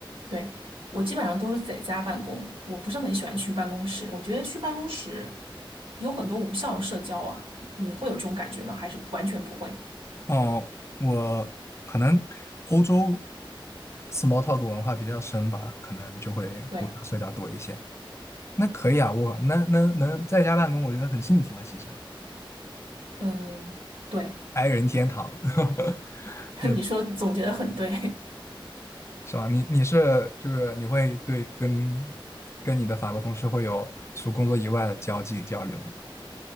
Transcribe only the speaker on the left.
哦，我可能欧洲 small talk 文化比较深吧，可能就会互相碎掉多一些。
那可以啊，我那能能在家办公，我觉得很幸福啊，其实
，i 人天堂，<laughs>
有
是吧？你你是就是你会对跟跟你的法国同事会有除工作以外的交际交流吗？